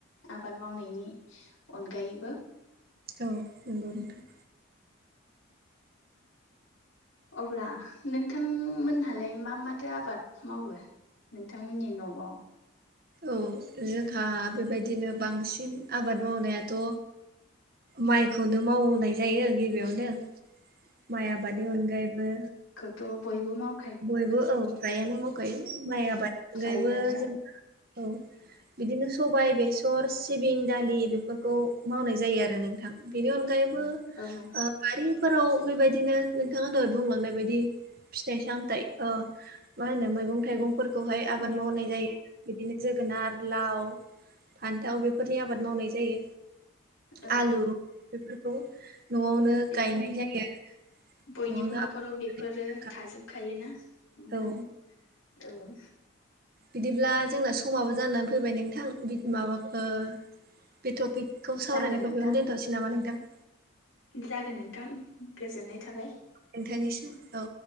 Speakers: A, on the left; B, on the right.
A: आबाद मावनायनि अनगायैबो
B: औ नंगौ नोंथां।
A: अब्ला नोंथांमोनहालाय मा माथो आबाद मावो। नोंथांमोननि न'आव
B: औ जोंहा बेबायदिनो बांसिन आबाद मावनायाथ' माइखौनो मावाय जायो गिबियावनो माइ आबादनि अनगायैबो
A: खोथ' बयबो माव
B: बयबो औ फ्रायानो मावखायो माइ आबाद अनगायैबो
A: फ्रायानो
B: जों औ बिदिनो सबाय बेसर सिबिं दालि बेफोरखौ मावनाय जायो आरो नोंथां बेनि अनगायैबो
A: औ
B: बारिफोराव बेबायदिनो नोंथाङा दहाय बुंलांनाय बायदि फिथाइ फि सामथाइ मा होनो मैगं थाइगंफोरखौहाय आबाद
A: मैगं
B: मावनाय
A: थाइगं
B: जायो बिदिनो जोगोनार लाव फान्थाव बेफोरनि आबाद मावनाय जायो
A: औ
B: आलु बेफोरखौ न'आवनो
A: बेफोरनो
B: गायनाय जायो आरो
A: बयनिबो
B: न'आवनो
A: नख'राव
B: आबाद
A: बे फोरो
B: मावनानै
A: थाजोबखायोना नोंथां
B: औ
A: औ
B: बिदिब्ला जोंना समाबो जानानै फैबाय नोंथां माबाखौ बे टपिकखौ सावरायनायखौ
A: जागोन नोंथां
B: बेयावनो दोनथ'नोसै नामा नोंथां
A: जागोन नोंथां गोजोननाय थाबाय
B: नोंथांनिसो औ